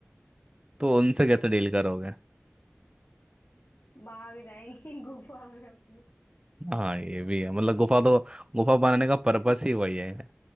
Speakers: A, on the right; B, on the left.
A: तो उनसे
B: है
A: कैसे
B: ना
A: डील करोगे
B: भाग जाएंगे <laughs> गुफा में अपनी
A: हाँ ये भी है मतलब गुफा तो गुफा बनाने का पर्पस
B: <laughs>
A: ही वही है